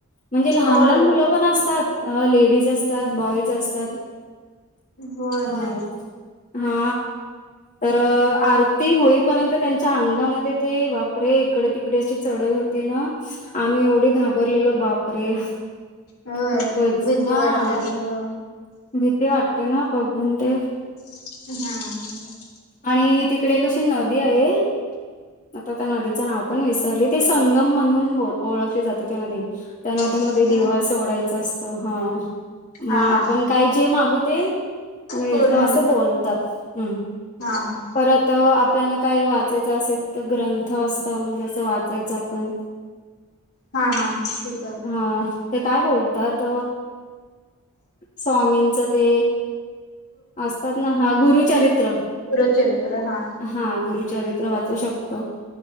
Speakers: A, on the left; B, on the left.
A: म्हणजे लहान
B: होय
A: लहान
B: होय
A: मुल पण असतात लेडीज असतात बॉईज असतात
B: होय
A: ह
B: होय
A: हा तर आरती होई पर्यंत त्यांच्या अंगामध्ये ते बापरे इकडे तिकडे अशी चढत होती ना आम्ही एवढे घाबरलेलो बापरे
B: होय
A: खूपच
B: भीती
A: हा.
B: वाटते ह
A: भीती वाटते ना बघून ते
B: हा
A: आणि तिकडे कशी नदी आहे आता त्या नदीचं नाव पण विसरले ते संगम म्हणून ब ओळखली जाते त्या नदी त्या नदी
B: होय
A: मध्ये
B: का?
A: दिवा सोडायच असत हा मग
B: हा हा
A: आपण
B: हा
A: काय जे मागू ते मिळतं
B: पूर्ण
A: असं बोलतात हम्
B: हा हा
A: परत आपल्याला काही वाचायचं असेल तर ग्रंथ असत म्हणजे अस वाचायचं आपण <inaudible>
B: हा हा तिथ
A: हा ते काय बोलतात स्वामींच ते असतात ना हा गुरुचरित्र
B: गुरूचरित्र हा
A: हा गुरुचरित्र वाचू शकतो